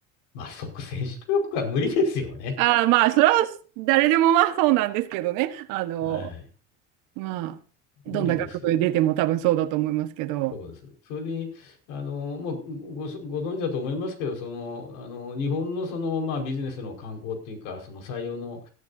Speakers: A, on the left (about 85°); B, on the right (about 75°).
A: まあ、即戦力は無理ですよね。
B: ああ、まあ、それは誰でもまあそうなんですけどね。あの、
A: はい。
B: まあ、どんな学部出ても多分そうだと思いますけど。
A: 無理ですよ。そうです。それに、あの、もうご、ごご存知だと思いますけど、その、あの、日本のその、まあ、ビジネスの観光っていうか、その採用の、